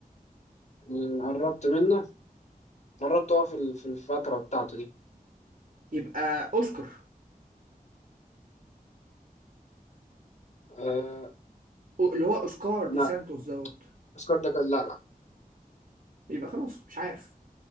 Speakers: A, on the left; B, on the right.
A: آه، قربت منه قربت هو في ال- في الفتره بتاعته دي
B: يبقى اوسكار
A: أه
B: أو- اللي هو اوسكار دي
A: لا
B: سانتوس دوت
A: اسكت ده كان لا لا
B: يبقى خلاص مش عارف